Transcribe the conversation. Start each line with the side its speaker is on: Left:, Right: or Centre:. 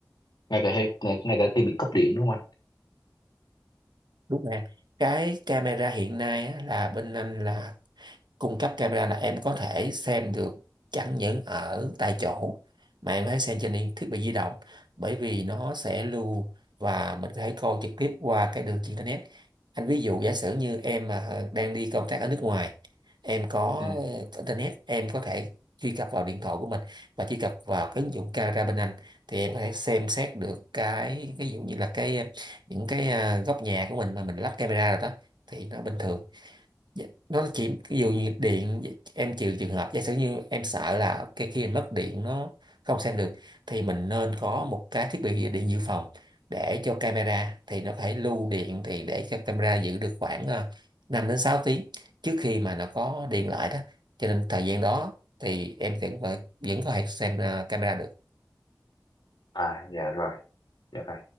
Left: ngay cả khi ngay, ngay cả khi bị cúp điện đúng không anh
Right: đúng rồi em. cái camera hiện nay á, là bên anh là cung cấp camera là em có thể xem được chẳng những ở tại chỗ mà em hãy xem trên điện- thiết bị di động bởi vì nó sẽ lưu và mình có thể coi trực tiếp qua cái đường internet anh ví dụ giả sử như em mà đang đi công tác ở nước ngoài em có
Left: ừ.
Right: ờ, internet em có thể truy cập vào điện thoại của mình và truy cập vào cái ứng dụng camera bên anh thì em có thể xem xét được cái ví dụ như là cái những cái à, góc nhà của mình mà mình lắp camera rồi đó thì nó bình thường Dạ, đó là chỉ ví dụ như điện dạ, em chịu trường hợp giả sử như em sợ là cái khi mình mất điện nó không xem được thì mình nên có một cái thiết bị điện dự phòng để cho camera thì nó có thể lưu điện thì để cho camera giữ được khoảng ờ, 5 đến 6 tiếng trước khi mà nó có điện lại đó cho nên thời gian đó thì em vẫn vẫn có thể xem ờ, camera được
Left: À, dạ rồi. dạ rồi